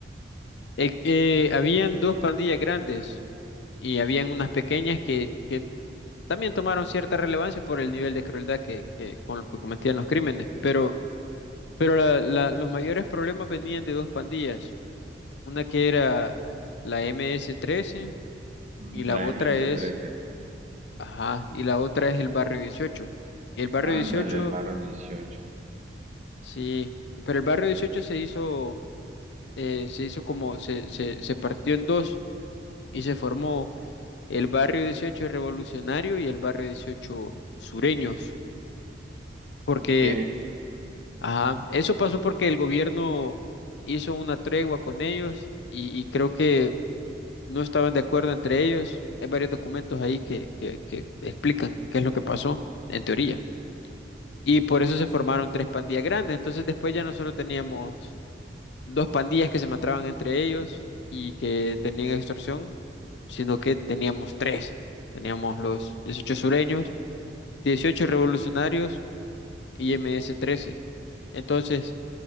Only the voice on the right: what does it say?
Mm,
La
ms
trece.
Ándale,
el barro dieciocho,
Ok.